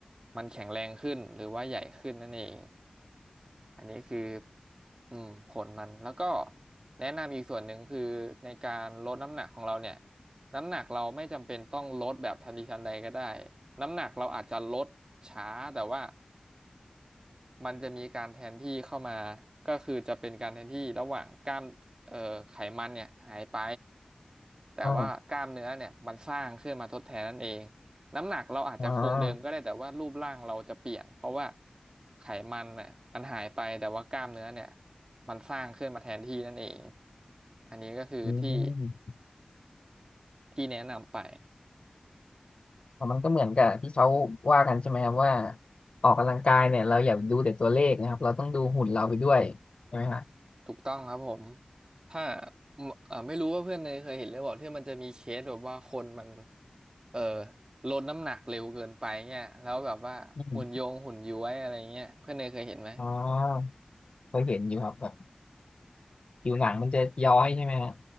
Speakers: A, on the right; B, on the left.
A: มันแข็งแรงขึ้นหรือว่าใหญ่ขึ้นนั่นเองอันนี้คืออืมผลมันแล้วก็แนะนำอีกส่วนหนึ่งคือในการลดน้ำหนักของเราเนี่ย น้ำหนักเราไม่จำเป็นต้องลดแบบทันทีทันใดก็ได้ น้ำหนักเราอาจจะลดช้าแต่ว่ามันจะมีการแทนที่เข้ามาก็คือจะเป็นการแทนที่ระหว่างกล้ามเอ่อไขมันเนี่ยหายไป แต่ว่ากล้ามเนื้อเนี่ยมันสร้างขึ้นมาทดแทนนั่นเอง
B: อ่า
A: น้ำหนักเราอาจจะคงเดิมก็ได้แต่ว่ารูปร่างเราจะเปลี่ยนเพราะว่า
B: อ่า
A: ไขมันเนี่ยมันหายไปแต่ว่ากล้ามเนื้อเนี่ยมันสร้างขึ้นมาแทนที่นั่นเองอันนี้ก็คือที่
B: อืม
A: ที่แนะนำไป
B: อ๋อมันก็เหมือนกับที่เขาว่ากันใช่ไหมครับว่าออกกำลังกายเนี่ยเราอย่าดูแต่ตัวเลขนะครับเราต้องดูหุ่นเราไปด้วยใช่ไหมครับ
A: ถูกต้องครับผมถ้าเอ่อไม่รู้ว่าเพื่อนเนยเคยเห็นหรือเปล่าที่มันจะมีเคสแบบว่าคนมันเออลดน้ำหนักเร็วเกินไปเนี่ยแล้วแบบว่าหุ่นโยงหุ่นย้วยอะไรเงี้ยเพื่อนเนยเคยเห็นไหม
B: อืมอ๋อเคยเห็นอยู่ครับแบบผิวหนังมันจะย้อยใช่ไหมฮะ